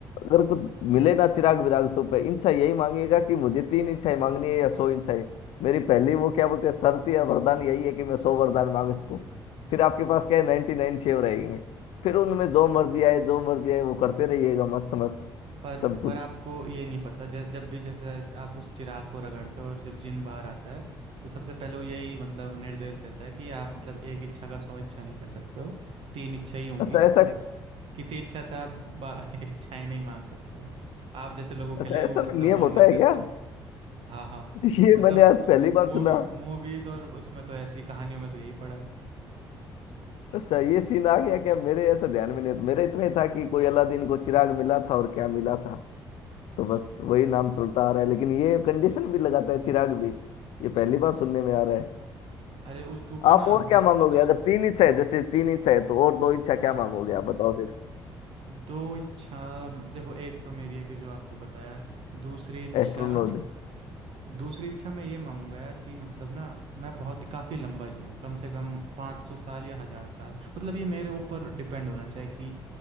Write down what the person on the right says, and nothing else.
पर
पर आपको ये नहीं पता जब जब भी जैसे आप उस चिराग को रगड़ते हो और जब जिन बाहर आता है तो सबसे पहले वो यही मतलब निर्देश देता है कि आप मतलब एक इच्छा का सौ इच्छा नहीं कर सकते हो तीन इच्छा ही होंगी
और किसी इच्छा से आप बा- <laughs> इच्छाएं नहीं मांग सकते हो आप जैसे लोगों के
लिए
वो मतलब
वार्निंग
देता
है हाँ हाँ
मतलब
मूवी
मूवीज और उसमें तो ऐसी कहानियों में तो यही पड़ा है
अरे उस क्योंकि
ना
बहुत
हाँ
हाँ
दो इच्छा देखो एक तो मेरी है कि जो आपको बताया दूसरी इच्छा
दूसरी इच्छा मैं ये मांगूंगा यार कि मतलब ना मैं बहुत ही काफ़ी लंबा जीऊँ कम से कम पाँच सौ साल या हज़ार साल मतलब ये मेरे ऊपर डिपेंड होना चाहिए कि